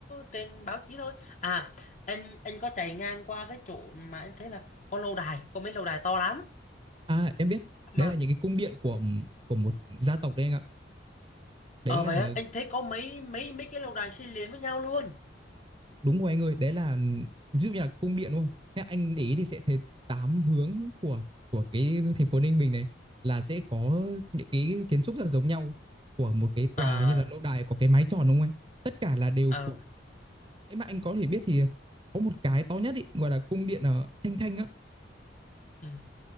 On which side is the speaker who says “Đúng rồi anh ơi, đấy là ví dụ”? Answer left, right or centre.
Right